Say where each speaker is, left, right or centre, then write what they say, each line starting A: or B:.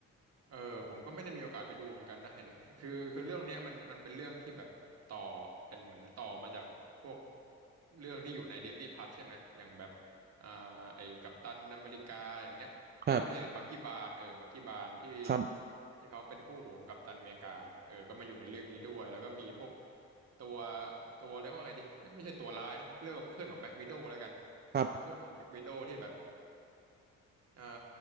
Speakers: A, on the right (about 55°); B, on the right (about 35°).
A: เออผมก็ไม่ได้มีโอกาสไปดูเหมือนกันนะเห็น <laughs> คือคือเรื่องเนี้ยมันมันเป็นเรื่องที่แบบต่อเป็นเหมือนต่อมาจากพวกเรื่องที่อยู่ในดิสนีย์พ u ัทใช่ไหมอย่างแบบอ่าไอ้กัปตันอเมริกาอย่างเงี้ยเอ้ยไม่ใช่บักกี้บาร์นเออบักกี้บาร์นที่
B: ครับครับ
A: ที่เขาเป็นคู่หูของกัปตันอเมริกาเออก็มาอยู่ในเรื่องนี้ด้วยแล้วก็มีพวกตัวตัวเรียกว่าไงดีไม่ใช่ตัวร้ายนะเรียกว่าเพื่อนของแบ็กวิโดว์แล้วกัน
B: ครับ
A: เป็นเพื่อนของแบ็กวิโดว์ที่แบบเอ่า